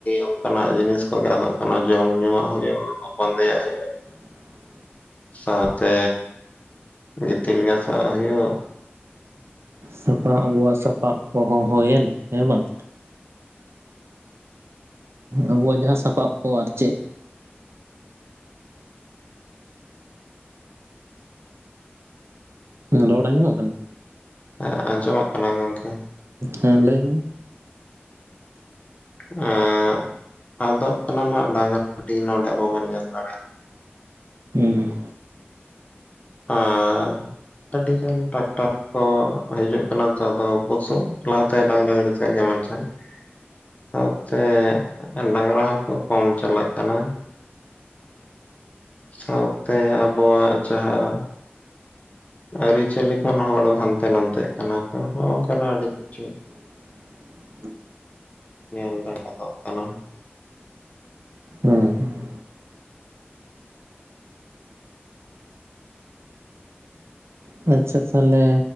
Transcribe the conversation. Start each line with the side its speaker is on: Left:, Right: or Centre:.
Left: ᱚᱱᱠᱟᱱᱟᱜ ᱡᱤᱱᱤᱥ ᱠᱚᱜᱮ ᱟᱫᱚᱜ ᱠᱟᱱᱟ, ᱡᱚᱢ ᱧᱩᱣᱟᱜ ᱦᱩᱭᱩᱜ ᱵᱟᱸᱫᱮᱭᱟᱜ ᱦᱩᱭᱩᱜ-ᱟ᱾
Right: <inaudible>
Left: ᱥᱟᱶᱛᱮ, ᱜᱤᱛᱤᱞ ᱜᱟᱥᱟᱣᱟᱜ ᱦᱩᱭᱩᱜ᱾
Right: ᱥᱟᱯᱟ ᱟᱵᱚᱣᱟᱜ ᱥᱟᱯᱟᱵ ᱠᱚᱦᱚᱸ ᱦᱳᱭᱮᱱ, ᱦᱮᱸ ᱵᱟᱝ? ᱟᱵᱚᱣᱟᱜ ᱡᱟᱦᱟᱸ ᱥᱟᱯᱟᱵ ᱠᱚ ᱟᱨ ᱪᱮᱜ᱾ ᱨᱚᱲ ᱟᱸᱡᱚᱢᱚᱜ ᱠᱟᱱᱟ?
Left: ᱦᱮᱸ, ᱟᱸᱡᱚᱢᱚᱜ ᱠᱟᱱᱟ ᱜᱚᱝᱠᱮ᱾
Right: ᱦᱮᱸ ᱞᱟᱹᱭ ᱢᱮ᱾
Left: ᱮᱸ ᱟᱫᱚᱜ ᱠᱟᱱᱟ ᱱᱟᱦᱟᱜ ᱰᱟᱝᱨᱟ ᱟᱹᱴᱤ ᱱᱚᱰᱮ ᱟᱵᱚ ᱵᱚᱱ ᱧᱮᱞ ᱫᱟᱲᱮᱭᱟᱜ-ᱟ᱾
Right: ᱦᱩᱸ᱾
Left: ᱦᱚᱸ ᱟᱰᱤᱜᱟᱱ ᱴᱨᱟᱠᱴᱚᱨ ᱠᱚ ᱦᱤᱡᱩᱜ ᱠᱟᱱᱟ ᱛᱚ ᱟᱫᱚ ᱵᱩᱥᱩᱵᱽ ᱞᱟᱦᱟ ᱛᱮ ᱰᱟᱝᱨᱟ ᱜᱟᱹᱰᱤ ᱛᱟᱸᱦᱮ ᱠᱟᱱᱟ, ᱢᱮᱱᱠᱷᱟᱱ ᱥᱟᱶᱛᱮ, ᱰᱟᱝᱨᱟ ᱦᱚᱸᱠᱚ ᱠᱚᱢ ᱪᱟᱞᱟᱜ ᱠᱟᱱᱟ᱾ ᱥᱟᱶᱛᱮ ᱟᱵᱚᱣᱟᱜ ᱡᱟᱦᱟᱸ ᱟᱨᱤᱪᱟᱞᱤ ᱠᱷᱚᱱ ᱦᱚᱲ ᱦᱟᱱᱛᱮ ᱱᱟᱱᱛᱮᱜ ᱠᱟᱱᱟ ᱠᱚ ᱦᱚᱜ ᱚᱝᱠᱟᱱᱟᱜ ᱟᱹᱰᱤ ᱠᱤᱪᱷᱩ᱾
Right: <inaudible>
Left: ᱧᱮᱞ <unintelligible> ᱠᱟᱱᱟ᱾
Right: ᱦᱮᱸ ᱟᱪᱪᱷᱟ ᱪᱪᱷᱟ ᱛᱟᱦᱞᱮ